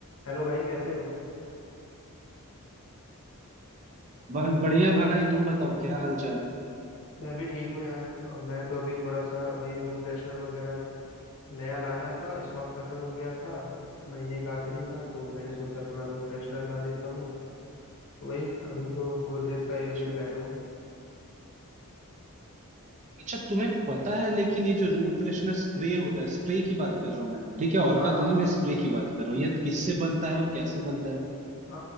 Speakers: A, on the left; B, on the right.
A: Hello भाई कैसे हो
B: बस बढ़िया भाई तुम बताओ क्या हाल चाल
A: मैं भी ठीक हूँ यार अ, मैं तो अभी थोड़ा सा वही रूम फ्रेशनर वगैरह नया लाना था स्टॉक खत्म हो गया था महीने का आखिरी था तो मैंने सोचा थोड़ा रूम फ्रेशनर ला देता हूँ तो वही अभी तो गोदरेज का एयरविक
B: अच्छा
A: लाया हूँ
B: अच्छा तुम्हें पता है लेकिन ये जो रूम फ्रेशनर स्प्रे होता है स्प्रे की बात कर रहा हूँ मैं ठीक है और
A: हाँ
B: का
A: हाँ
B: तो नहीं
A: हाँ
B: मैं स्प्रे की बात कर रहा हूँ ये किससे बनता है और कैसे बनता है
A: आ,